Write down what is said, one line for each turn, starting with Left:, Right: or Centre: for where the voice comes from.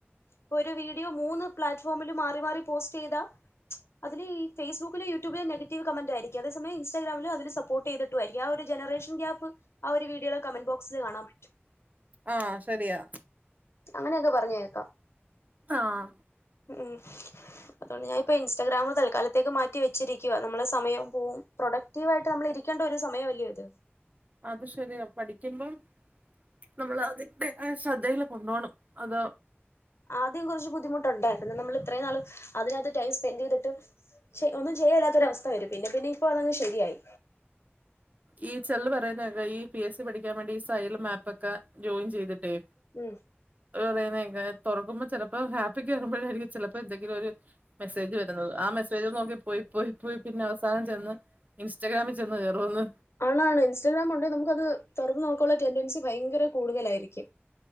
Left: ഇപ്പൊ ഒരു വീഡിയോ മൂന്ന് പ്ലാറ്റ്ഫോമില് മാറി മാറി പോസ്റ്റെയ്താ
Right: ഉ
Left: അതില് ഈ ഫൈസ്ബുക്കിലു യൂട്യൂബിലു നെഗറ്റീവ്‌ കമന്റായിര്ക്ക അതേ സമയം ഇൻസ്റ്റാഗാമില് അതില് സപ്പോർട്ടെയ്തി ട്ടുവാരിക്കു ആഹ് ഒരു ജനറേഷൻ ഗ്യാപ്പ് ആഹ് ഒരു വീഡിയോല കമന്റ് ബോക്സില് കാണാൻ പറ്റും
Right: ആഹ് ശരിയാ
Left: അങ്ങനൊക്കെ പറഞ്ഞ് കേക്കാം
Right: ആഹ്
Left: ഉം അതോണ്ട് ഞാപ്പ ഇൻസ് റ്റഗ്രാമ് തൽക്കാലത്തേക്ക് മാറ്റി വെച്ചിരിക്ക്വ നമ്മളെ സമയൊം പോവും പ്രൊഡക്റ്റീവ് ആയിട്ട് നമ്മൾ ഇരിക്കേണ്ട ഒരു സമയം അല്ല്യോ ഇത്
Right: അത് ശരിയാ പഠിക്കുമ്പം നമ്മള് അതിന്റെതായ ശ്രദ്ധേല് കൊണ്ടോണം അത്
Left: ആദ്യം കൊറച്ച് ബുദ്ധിമുട്ടൊണ്ടാര്ന്നു നമ്മള് ഇത്രേം നാളും അതിനാത്ത് ടൈം സ്പെന്റെയ്തിട്ട് ചെ ഒന്നും ചെയ്യാല്ലാത്ത ഒരവസ്ഥ വരും പിന്നെ പിന്നെ ഇപ്പൊ അതങ്ങ് ശരിയായി
Right: ഈ ചെൽര് പറ്യന്നേക്ക ഈ പി എസ് ഇ പഠിക്കാൻ വേണ്ടി ഈ സൈലം ഏപ്പക്കെ ജോയിൻ ചെയ്തിട്ടേ.
Left: ഉം
Right: പറയ്ന്നേക തൊറക്കുമ്പോ ചെലപ്പോ ഏപ്പിക്കേറുമ്പഴാരിക്കും ചെലപ്പം എന്തെങ്കിലൊര് മെസ്സേജ് വര്ന്നത് ആ മെസ്സേജ് നോക്കി പോയി പോയി പോയി പിന്നവസാനം ചെന്ന് ഇൻസ്റ്റഗ്രാമി ചെന്ന് കേറൂന്ന്
Left: ആണ്. ആണ്. ഇൻസ്റ്റാഗ്രാമൊണ്ടെ നമുക്കത് തൊറന്ന് നോക്കാള്ള ടെൻഡൻസി ഭയ്ങ്ക്ര കൂടുതലാരിക്കും.